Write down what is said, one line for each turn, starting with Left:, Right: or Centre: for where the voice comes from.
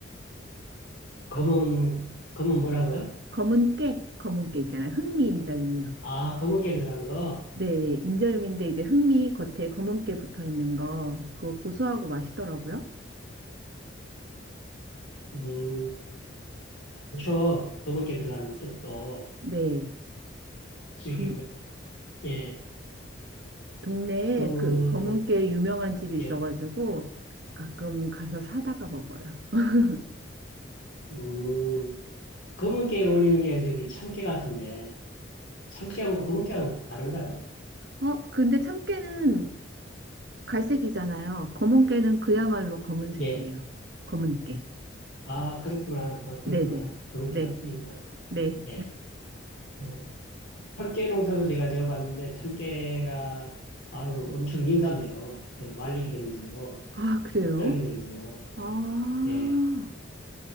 Left: 검은 검은 뭐라고요?
Right: 검은 깨, 검은 깨 있잖아요. 흑미 인절미요.
Left: 아, 검은깨 들어간 거.
Right: 네, 인절미인데 이제 흑미 겉에 검은 깨 붙어 있는 거 그거 고소하고 맛있더라고요.
Left: 음, 그렇죠. 검은깨 들어간 뜻도
Right: 네,
Left: 즐기고
Right: 동,
Left: 예,
Right: 동네에
Left: 그
Right: 그 검은 깨 유명한 집이 있어가지고
Left: 예,
Right: 가끔 가서 사다가 먹어요. <laughs>
Left: 음, 검은깨에 올리는 게 저기 참깨 같은데 참깨하고 검은깨하고 다른가요?
Right: 어, 근데 참깨는 갈색이잖아요. 검은깨는 그야말로 검은색이에요.
Left: 예,
Right: 검은깨.
Left: 아 그렇구나, 아 그렇구나,
Right: 네네.
Left: 검은깨가
Right: 네.
Left: 틀리구나.
Right: 네.
Left: 예. 음, 참깨 농사도 제가 지어봤는데 참깨가 아유 엄청 민감해요. 말리기도 힘들고
Right: 아, 그래요?
Left: 떨기도 힘들고
Right: 아,
Left: 예